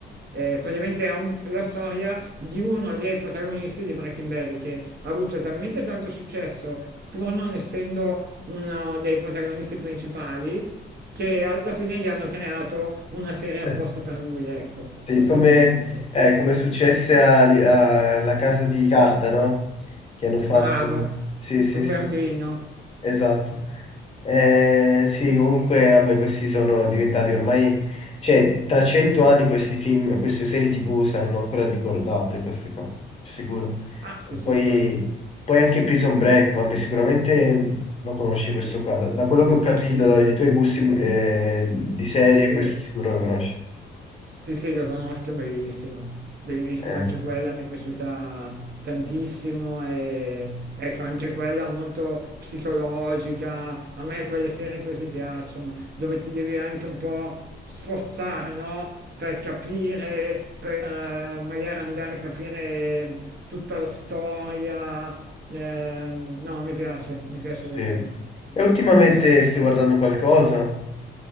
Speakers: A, on the right; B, on the left.
A: eh, praticamente è un- la storia di uno dei protagonisti di Breaking Bad che ha avuto talmente tanto successo pur non essendo uno dei protagonisti principali che alla fine gli hanno creato una serie
B: <laughs>
A: apposta per lui, ecco,
B: Sì,
A: sostanzialmente.
B: come, eh, come è successe a- alla Casa di Carta, no? Che hanno fatto...
A: Bravo,
B: Sì, sì,
A: con
B: sì.
A: Berlino.
B: Esatto. Eh, sì, comunque, vabbè, questi sono diventati ormai, cioè, tra cento anni questi film, queste serie TV saranno ancora ricordate, queste qua, sicuro.
A: Ah, sì,
B: E
A: sì,
B: Poi,
A: può essere.
B: poi anche Prison Break, vabbè, sicuramente lo conosci
A: Bellissima.
B: questo qua. Da, da quello
A: Bellissima.
B: che ho capito, dai tuoi gusti, mm, eh, di serie,
A: Sì.
B: questo sicuro lo conosci.
A: Sì, sì, lo conosco, è bellissima. Bellissima
B: Eh,
A: anche quella, mi è piaciuta tantissimo e ecco, anche quella molto psicologica. A me quelle serie così piacciono, dove ti devi anche un po' sforzare, no? Per capire, per eh, magari andare a capire tutta la storia. Ehm, no, mi piace, mi piace
B: sì.
A: davvero. Sì, sì,
B: E ultimamente
A: sì.
B: stai guardando qualcosa?